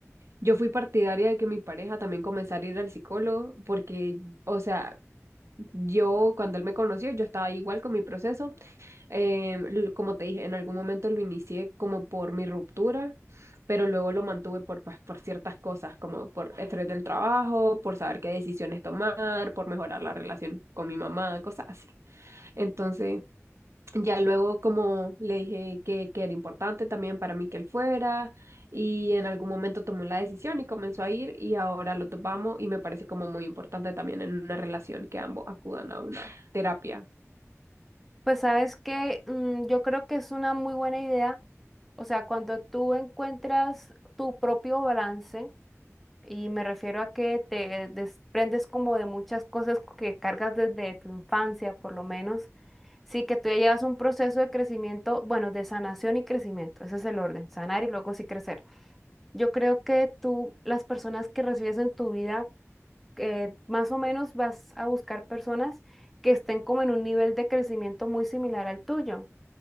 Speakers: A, on the right; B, in the centre.
A: Yo fui partidaria de que mi pareja también comenzara a ir al psicólogo porque, o sea, yo cuando él me conoció, yo estaba igual con mi proceso. Eh, l- como te dije, en algún momento lo inicié como por mi ruptura, pero luego lo mantuve por, pues, por ciertas cosas, como por estrés del trabajo, por saber qué decisiones tomar, por mejorar la relación con mi mamá, cosas así. Entonces... Ya luego como le dije que, que era importante también para mí que él fuera y en algún momento tomó la decisión y comenzó a ir y ahora lo topamos y me parece como muy importante también en una relación que ambos acudan a una terapia.
B: Pues sabes que yo creo que es una muy buena idea. O sea, cuando tú encuentras tu propio balance, y me refiero a que te desprendes como de muchas cosas que cargas desde tu infancia, por lo menos, sí que tú ya llevas un proceso de crecimiento, bueno, de sanación y crecimiento, ese es el orden, sanar y luego sí crecer. Yo creo que tú, las personas que recibes en tu vida, eh, más o menos vas a buscar personas que estén como en un nivel de crecimiento muy similar al tuyo.